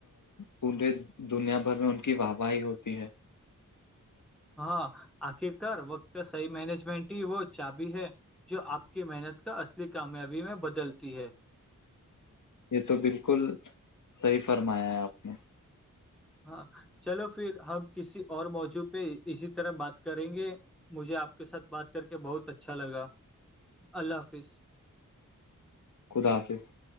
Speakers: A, on the left (about 65°); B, in the centre.
A: پورے دنیا بھر میں ان کی واہ واہی ہوتی ہے
B: ہاں آخرکار وقت کا صحیح مینجمنٹ ہی وہ چابی ہے جو آپ کی محنت کا اصلی کامیابی میں بدلتی ہے
A: یہ تو بالکل صحیح فرمایا ہے آپ نے
B: ہاں چلو پھر ہم کسی اور موضوع پہ اسی طرح بات کریں گے مجھے آپ کے ساتھ بات کر کے بہت اچھا لگا اللہ حافظ
A: خدا حافظ